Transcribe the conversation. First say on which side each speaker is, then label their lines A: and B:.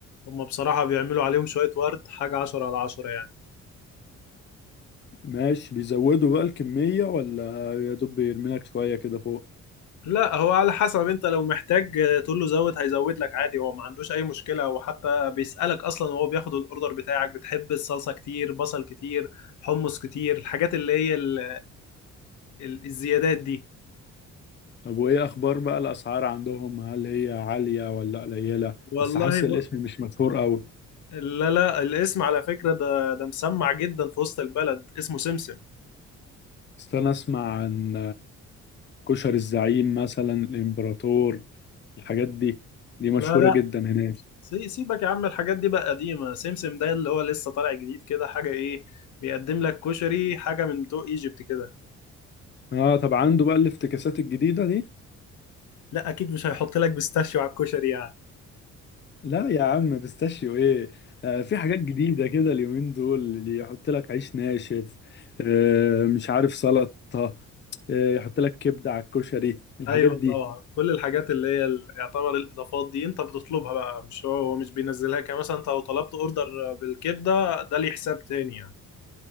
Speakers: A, on the left; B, on the left.
A: هما بصراحة بيعملوا عليهم شوية ورد حاجة عشرة على عشرة يعني
B: ماشي بيزودوا بقى الكمية ولا يا دوب بيرمي لك شوية كده فوق
A: لا هو على حسب انت لو محتاج تقول له زود هيزود لك عادي هو ما عندوش اي مشكلة وحتى بيسألك اصلا وهو بياخد الاوردر بتاعك بتحب الصلصة كتير بصل كتير حمص كتير الحاجات اللي هي ال- ال- الزيادات دي
B: طب وايه اخبار بقى الاسعار عندهم هل هي عالية ولا قليلة
A: والله
B: بس حاسس
A: ب...
B: الاسم مش مشهور قوي
A: لا لا الاسم على فكرة ده ده مسمع جدا في وسط البلد اسمه سمسم
B: بس انا اسمع عن كشري الزعيم مثلا الامبراطور الحاجات دي دي مشهورة
A: لا لا
B: جدا هناك
A: سي- سيبك يا عم الحاجات دي بقى قديمة سمسم ده اللي هو لسه طالع جديد كده حاجة ايه بيقدم لك كشري حاجة من بتوع ايجيبت كده
B: اه طب عنده بقى الافتكاسات الجديدة دي
A: لا اكيد مش هيحط لك بيستاشيو على الكشري يعني
B: لا يا عم بيستاشيو ايه آه في حاجات جديدة كده اليومين دول اللي يحط لك عيش ناشف آه مش عارف سلطة آه يحط لك كبدة على الكشري الحاجات
A: ايوه
B: دي
A: طبعا كل الحاجات اللي هي ال- يعتبر الاضافات دي انت بتطلبها بقى مش هو هو مش بينزلها كده مثلا انت لو طلبت اوردر بالكبده ده ليه حساب تاني يعني